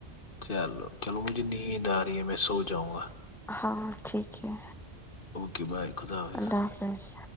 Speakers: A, on the left (about 55°); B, in the centre.
A: چلو چلو مجھے نیند آ رہی ہے میں سو جاؤں گا
B: ہاں ٹھیک ہے
A: اوکے بائے خدا حافظ
B: اللہ حافظ